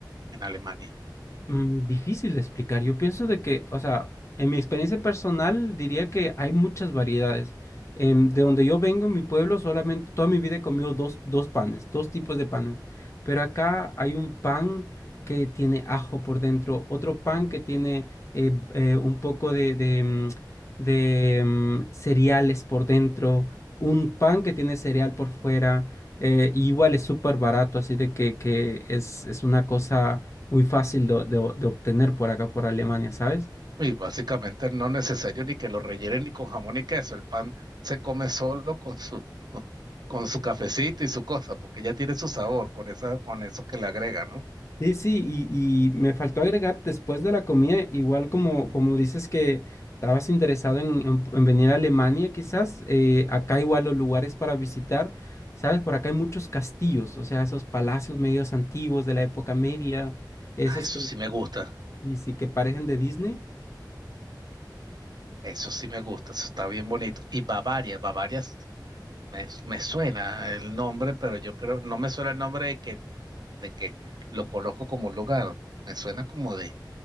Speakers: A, on the right (about 60°); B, on the left (about 40°).
A: en Alemania?
B: Mm, Difícil de explicar. Yo pienso de que, o sea, en mi experiencia personal diría que hay muchas variedades. Em, de donde yo vengo, en mi pueblo, solamente toda mi vida he comido dos, dos panes, dos tipos de panes. Pero acá hay un pan que tiene ajo por dentro, otro pan que tiene eh, eh, un poco de, de, mm, de, mm, cereales por dentro, un pan que tiene cereal por fuera. eh, y igual es súper barato, así de que, que es, es una cosa muy fácil de, de- de obtener por acá, por Alemania, ¿sabes?
A: Y básicamente no es necesario ni que lo rellenen ni con jamón ni queso. El pan se come solo con su, <laughs> con su cafecito y su cosa, porque ya tiene su sabor con esa, con eso que le agrega, ¿no?
B: Sí, sí, y, y me faltó agregar después de la comida, igual como, como dices que estabas interesado en, en- en venir a Alemania, quizás, eh, acá igual los lugares para visitar, ¿sabes? Por acá hay muchos castillos, o sea, esos palacios medios antiguos de la época media, esos
A: Ah, eso
B: que,
A: sí me gusta.
B: y sí, que parecen de Disney.
A: Eso sí me gusta. Eso está bien bonito. Y Bavaria, Bavaria Me, me suena el nombre, pero yo creo, no me suena el nombre de que, de que lo conozco como un lugar. Me suena como de,